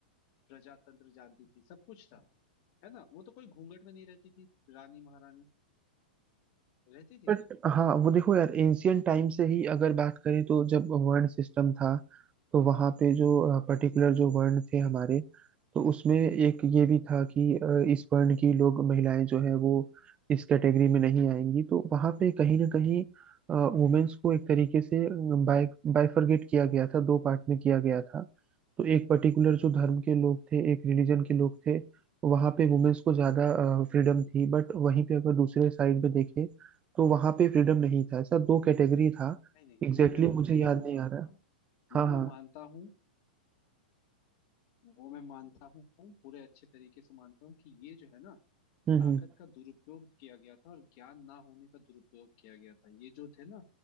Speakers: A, on the left; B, on the right.
A: प्रजातंत्र जानती थी सब कुछ था है ना वो तो कोई घूंघट में नहीं रहती थी रानी महारानी रहती थी
B: बट
A: क्या
B: हाँ वो देखो यार एंशियंट टाइम से ही अगर बात करें तो जब वर्ण सिस्टम था तो वहाँ पे जो पर्टिकुलर जो वर्ण थे हमारे तो उसमें एक ये भी था कि अ, इस वर्ण की लोग महिलाएं जो है वो इस कैटेगरी में नहीं आएंगी तो वहाँ पे कहीं ना कहीं वुमेन्स को एक तरीके से बाय बाइफरगेट किया गया था दो पार्ट में किया गया था तो एक पर्टिकुलर जो धर्म के लोग थे एक रिलीजन के लोग थे वहाँ पे वुमेन्स को ज़्यादा फ्रीडम थी बट वहीं पे अगर दूसरे साइड पे देखें तो वहां पे फ्रीडम नहीं था ऐसा दो कैटेगरी था
A: नहीं नहीं
B: एग्जैक्टली
A: वो मैं
B: exactly मुझे याद
A: वो मैं
B: नहीं
A: मानता
B: आ रहा
A: हूँ वो
B: हाँ हाँ
A: मैं मानता हूँ वो मैं मानता हूँ पूरे अच्छे तरीके से मानता हूँ कि ये जो है ना
B: हम्म
A: ताकत
B: हम्म
A: का दुरुपयोग किया गया था और ज्ञान ना होने का दुरुपयोग किया गया था ये जो थे ना